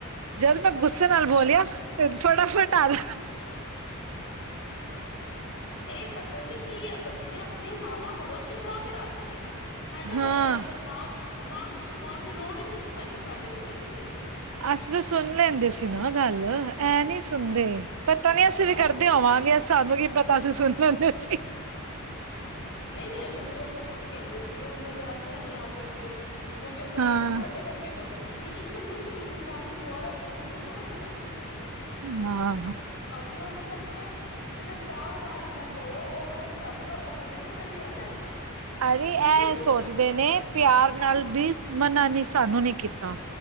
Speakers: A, on the right (about 70°); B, on the left (about 55°).
A: ਜਦ ਮੈਂ ਗੁੱਸੇ ਨਾਲ ਬੋਲਿਆ ਤੇ ਫਟਾਫਟ ਆਦਾ।
B: ਇਹ ਪਤਾ ਨੀ ਕੀ ਏ ਪ। ਜੇ ਬੱਚੇ ਆਪਣੀ ਮਾਵਾਂ ਕੋਲੋਂ ਚੁਕਵਾ ਕੇ ਰਾਜੀ ਨੇ ਸਾਡੇ
A: ਹਾਂ
B: ਵਰਗੇ ਅਗਰ ਮਾਂ। ਮਾਂ ਨੂੰ ਚੁਕਵਾਉਣ ਦੀ ਲੋੜ ਹੀ ਨਹੀਂ ਸੀ ਪੈਂਦੀ ਸਾਡੇ ਵੇਲੇ ਤੇ।
A: ਅਸੀ ਤਾਂ ਸੁਣ ਲੈਂਦੇ ਸੀ ਨਾ ਗੱਲ ਐ ਨੀ ਸੁਣਦੇ। ਪਤਾ ਨੀ ਅਸੀਂ
B: ਹਾਂਜੀ।
A: ਵੀ ਕਰਦੇ ਹੋਵਾਂਗੇ ਸਾਨੂੰ ਕੀ ਪਤਾ ਸੀ ਸੁਣ ਲੈਂਦੇ ਸੀ।
B: ਨਹੀਂ ਮੇਰੇ ਮੰਮੀ ਪਾਪਾ। ਖੁਦ ਕਹਿੰਦੇ ਸੀਗੇ ਹੁਣ ਮੈਂ ਜਾ ਕੇ ਆਈ ਹਾਂ ਪੇਕੇ ਮੰਮੀ ਪਾਪਾ ਕਹਿੰਦੇ
A: ਹਾਂ
B: ਤੁਹਾਡੇ ਵਰਗੇ ਬਚ। ਜੀਸੀ ਇੱਕ ਮਿੰਟ ਵਿੱਚ ਸਾਨੂੰ ਦੁਬਾਰਰਾ ਬੋਲਣ ਦੀ ਲੋੜ ਨਈ ਪੈਂਦੀ ਸੀ।
A: ਹਾਂ।
B: ਅੱਜ ਕੱਲ ਦੇ ਬੱਚੇ ਜਿਦਾਂ ਚਾਰ ਵਾਰੀ ਨਾ ਕਹੋ ਉਹ। ਉਦੋਂ ਤੱਕ ਉਹਨਾਂ ਦੇ ਉਹ ਕਰੀ ਜਾਣਾ।
A: ਅਰੇ
B: ਸੁਣਦੇ
A: ਇਹ
B: ਨੀ
A: ਸੋਚਦੇ ਨੇ ਪਿਆਰ ਨਾਲ ਵੀ ਮਨਾ ਨਈ ਸਾਨੂੰ ਨਈ ਕੀਤਾ।